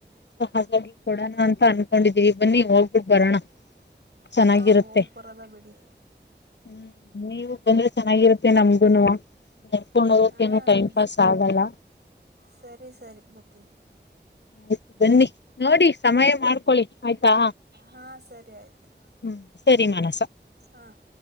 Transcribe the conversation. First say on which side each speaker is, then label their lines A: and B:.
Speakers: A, on the left; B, on the right.
A: ಸೊ ಹಾಗಾಗಿ ಕೊಡೋಣ ಅಂತ ಅನ್ಕೊಂಡಿದ್ದೀವಿ ಬನ್ನಿ ಹೋಗ್ಬಿಟ್ಟು ಬರೋಣ
B: ಹಾ
A: ಚೆನ್ನಾಗಿರುತ್ತೆ
B: ಹೋಗ್ ಬರೋದ ಬಿಡಿ
A: ಹ್ಮ್ ನೀವು ಬಂದ್ರೆ ಚೆನ್ನಾಗಿರುತ್ತೆ ನಮಗುನು ನಡ್ಕೊಂಡ್ ಹೋಗದಕ
B: ಹಾಂ
A: ಏನ ಟೈಮ್ ಪಾಸ್ ಆಗಲ್ಲ
B: ಸರಿ ಸರಿ ಬರ್ತೀನಿ
A: ಆಯ್ತು ಬನ್ನಿ ನೋಡಿ ಸಮಯ ಮಾಡ್ಕೊೊಳ್ಳಿ ಆಯ್ತಾ
B: ಹಾಂ ಸರಿ ಆಯಿತು
A: ಹ್ಮ್ ಸರಿ ಮಾನಸ
B: ಹಾಂ